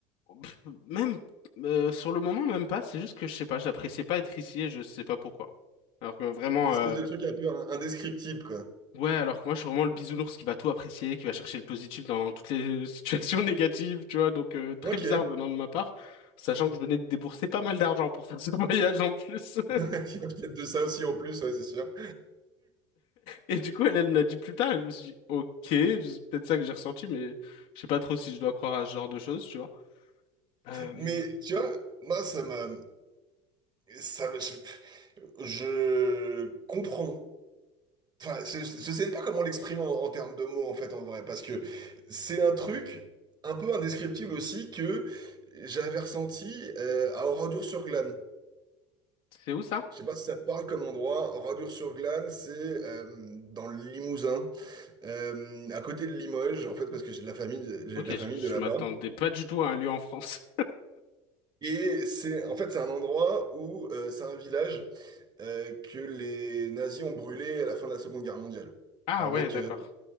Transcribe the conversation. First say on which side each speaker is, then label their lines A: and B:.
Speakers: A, on the left; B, on the right.
A: pff, Même euh, sur le moment même pas. C'est juste que je sais pas, j'appréciais pas être ici et je sais pas pourquoi. Alors que vraiment.
B: Une espèce
A: euh,
B: de truc un peu in- indescriptible, quoi.
A: Ouais, alors que moi, je suis vraiment le bisounours qui va tout apprécier, qui va chercher le positif dans toutes les <laughs> situations négatives, tu vois. Donc, euh, très
B: Ok.
A: bizarre
B: <laughs> Il
A: venant de ma part, sachant que je venais de débourser pas mal d'argent pour faire ce <laughs> voyage en plus.
B: y a peut-être de ça aussi en plus, ouais, c'est sûr.
A: Et du coup, elle, elle me l'a dit plus tard, et je me suis dit, ok, c'est peut-être ça que j'ai ressenti, mais je sais pas trop si je dois croire à ce genre de choses, tu vois. Euh,
B: Mais tu vois, moi, ça me... Ça, me- je, je comprends. Enfin, je, je sais pas comment l'exprimer en, en termes de mots, en fait, en vrai. Parce que c'est un truc un peu indescriptible aussi que j'avais ressenti euh, à Oradour-sur-Glane.
A: c'est où ça?
B: Je sais pas si ça te parle comme endroit. Oradour-sur-Glane, c'est euh, dans le Limousin. euh, à côté de Limoges, en fait, parce que j'ai de la famille, de- j'ai
A: Ok,
B: de la
A: je,
B: famille
A: je
B: de là-bas.
A: m'attendais pas du tout à un lieu en France. <laughs>
B: Et c'est, en fait, c'est un endroit où euh, c'est un village euh, que les nazis ont brûlé à la fin de la Seconde Guerre mondiale,
A: Ah
B: avec
A: ouais, d'accord.
B: euh,